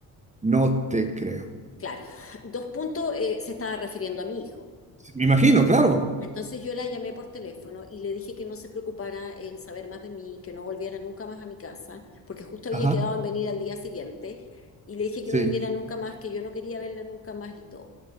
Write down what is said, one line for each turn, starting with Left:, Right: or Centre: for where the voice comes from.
Right: No te creo.
Left: Claro, <laughs> dos puntos eh, se estaba refiriendo a mi hijo.
Right: Me imagino, claro.
Left: Entonces yo la llamé por teléfono y le dije que no se preocupara en saber más de mí, que no volviera nunca más a mi casa, porque justo había
Right: Ajá,
Left: quedado en venir al día siguiente, y le dije
Right: sí.
Left: que no viniera nunca más, que yo no quería verla nunca más y todo.